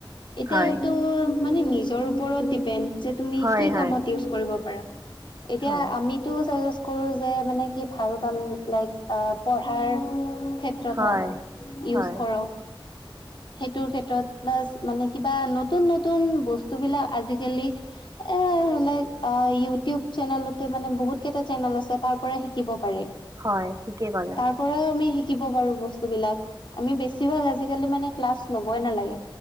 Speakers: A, on the left (about 60°); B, on the right (about 35°).
A: এতিয়াটো
B: হয়
A: মানে নিজৰ ওপৰত ডিপেণ্ড যে তুমি
B: হয়
A: কি
B: হয়
A: কামত ইউজ কৰিব পাৰা এতিয়া
B: হয়
A: আমিতো চাই আ কৰোঁ যে মানে কি ভাল কাম লাইক পঢ়াৰ ক্ষেত্ৰত
B: হয়
A: হওক ইউজ
B: হয়
A: কৰক সেইটোৰ ক্ষেত্ৰত প্লাছ মানে কিবা নতুন নতুন বস্তু বিলাক আজিকালি এ লাইক আ ইউটো টোব চেনেলতে মানে বহুতকেইটা চেনেল আছে তাৰ পৰা শিকিব পাৰি
B: হয় ঠিকেই ক'লা
A: তাৰ পৰাও আমি শিক শিকিব পাৰো বস্তু বিলাক আমি বেছিভাগ আজিকালি মানে ক্লাছ ল'বই নালাগে